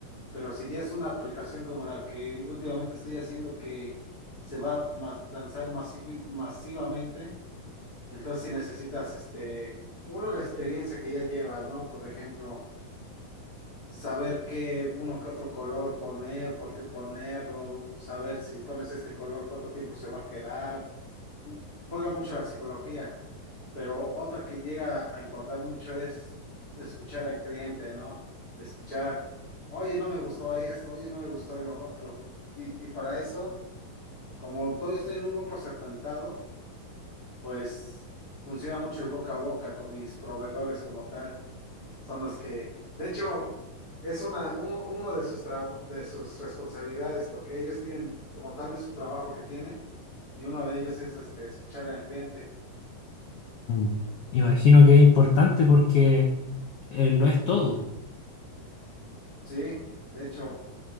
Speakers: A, on the left; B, on the left.
A: Pero si ya es una aplicación como la que últimamente estoy haciendo que se va a mas- lanzar masivi- masivamente, entonces si necesitas, este, uno, la experiencia que ya llevas, ¿no? Por ejemplo. saber qué uno que otro color poner, por qué ponerlo, saber si pones este color, cuánto tiempo se va a quedar. Juega mucho la psicología, pero otra que llega a importar mucho es escuchar al cliente, ¿no? Escuchar, oye, no me gustó esto, oye, no me gustó lo otro. Y, y para eso, como todo estoy en un grupo segmentado, pues funciona mucho el boca a boca con mis proveedores como tal son los que, de hecho, es una, u- uno de sus, tra- de sus responsabilidades, porque ellos tienen, como tal, es su trabajo que tienen, y uno de ellos es este, escuchar al cliente.
B: Mm. Imagino que es importante porque eh, lo es todo.
A: Sí, de hecho,